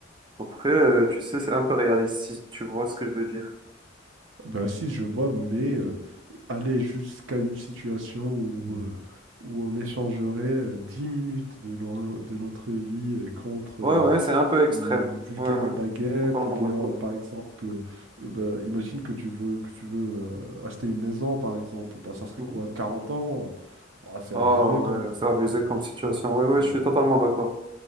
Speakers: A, on the right; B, on the right.
A: Après, euh, tu sais, c'est un peu réaliste, si tu vois ce que je veux dire.
B: Ben si, je vois, mais euh, aller jusqu'à une situation où, euh, où on échangerait euh, 10 minutes de, no- de notre vie euh, contre
A: Ouais,
B: euh,
A: ouais, c'est un peu extrême.
B: une vulgaire
A: Ouais, ouais,
B: baguette,
A: totalement
B: ou bien
A: d'accord.
B: par exemple, euh, ben, imagine que tu veux, que tu veux euh, acheter une maison, par exemple, ben, ça serait
A: Mhm.
B: quoi, 40 ans? Ouais, c'est
A: Ah
B: abusé
A: ouais,
B: quand
A: c'est abusé
B: même.
A: comme situation. Ouais,
B: Ah,
A: ouais, je suis totalement d'accord.